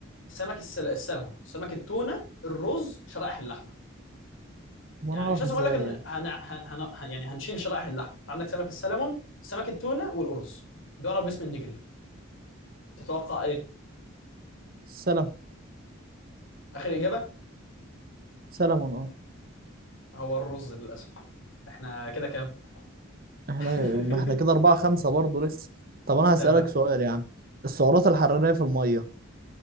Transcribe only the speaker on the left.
سمك السل... السلمون سمك التونة الرز شرائح اللحمة
يعني
مش لازم
اقول لك ان
هن... هن... هن... يعني هنشيل شرائح اللحم أنت عندك سمك السلمون سمك التونه والارز بيعرف باسم النجري تتوقع ايه
اخر اجابه
هو الرز للاسف احنا كده كام
<laughs>
تمام